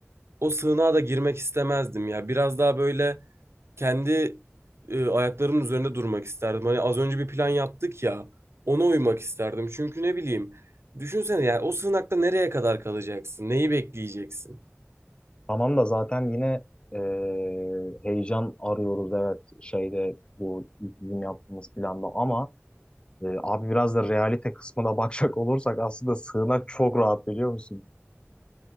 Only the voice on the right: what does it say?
O sığınağa da girmek istemezdim ya. Biraz daha böyle kendi eee, ayaklarımın üzerinde durmak isterdim. Hani az önce bir plan yaptık ya. Ona uymak isterdim. Çünkü ne bileyim. Düşünsene ya o sığınakta nereye kadar kalacaksın? Neyi bekleyeceksin?